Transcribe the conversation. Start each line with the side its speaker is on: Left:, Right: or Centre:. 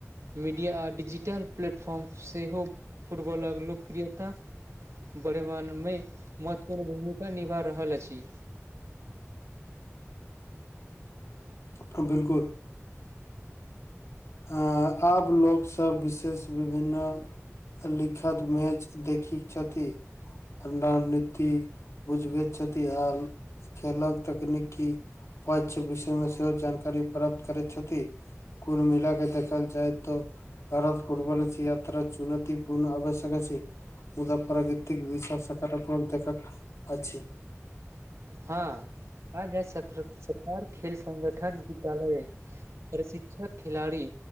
Right: मीडिया आ डिजिटल प्लेटफॉर्म सेहो फुटबॉलक लोकप्रियता वढ़ेमानमे महत्वपूर्ण भूमिका निभा रहल अछि
Left: हाॅं बिल्कुल हाॅं आब लोकसभ विशेष विभिन्न लिख्यात मैच देखी छथि नाननीति बुझबैयत छथि आर खेलक तकनीकी पछ विषय मे सेहो जानकारी प्राप्त करैत छथि कुल मिला मिलाक देखल जाइ तऽ भारत फुटबाॅल अछि यात्रा चुनतीपूर्ण आवश्यक अछि मुदा प्राकृतिक दृश्य सकारात्मक देखल अछि।
Right: हाँ आज क्षेत्र सरकार खेल संगठन विद्यालय प्रसि- क्षक खेलाड़ी